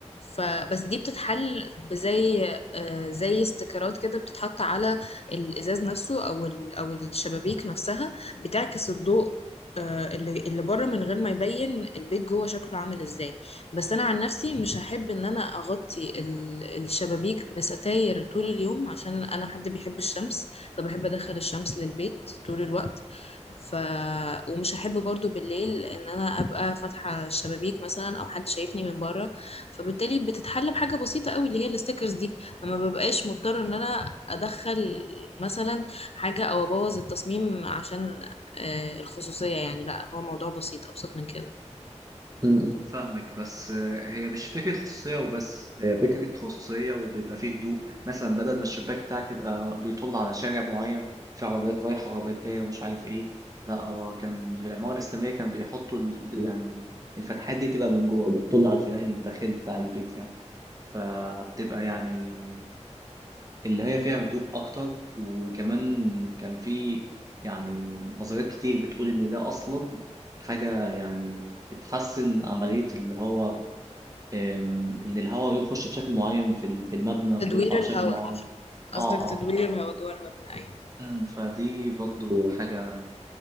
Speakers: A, on the left (about 55°); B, on the right (about 30°).
A: فبس دي بتتحل بزي آه، زي استيكرات كده بتتحط على الازاز نفسه او ال- او الشبابيك نفسها بتعكس الضوء آه، اللي اللي بره من غير ما يبين البيت جوه شكله عامل ازاي بس انا عن نفسي مش هحب ان انا اغطي ال- الشبابيك بستاير طول اليوم عشان انا حد بيحب الشمس فبحب ادخل الشمس للبيت طول الوقت ف ومش هحب برضو بالليل ان انا ابقى فاتحه الشبابيك مثلا او حد شايفني من بره فبالتالي بتتحل بحاجه بسيطه قوي اللي هي الستيكرز دي لما ببقاش مضطر ان انا ادخل مثلا حاجه او ابوظ التصميم عشان آه، الخصوصيه يعني لا هو موضوع بسيط ابسط من كده
B: م- م. فاهمك بس آه، هي مش فكرة خصوصية وبس هي فكرة خصوصية وبيبقى فيه هدوء مثلا بدل ما الشباك بتاعك يبقى بيطل على شارع معين في عربيات رايحة وعربيات جاية ومش عارف ايه لا هو كان في العمارة الإسلامية كان بيحطوا ال- يعني الفتحات دي تبقى من جوه بتطل على الفناء الداخلي بتاع البيت يعني فبتبقى يعني اللي هي فيها هدوء أكتر وكمان كان في يعني نظريات كتير بتقول إن ده أصلا حاجة يعني بتحسن عملية اللي هو أم، إن الهواء يخش بشكل معين في ال- في المبنى ويطلع
A: تدوير
B: بشكل
A: الهواء
B: معين
A: قصدك
B: اه
A: تدوير
B: اه ف...
A: الهواء جوه المبنى أيوة.
B: مم، فدي برضو حاجة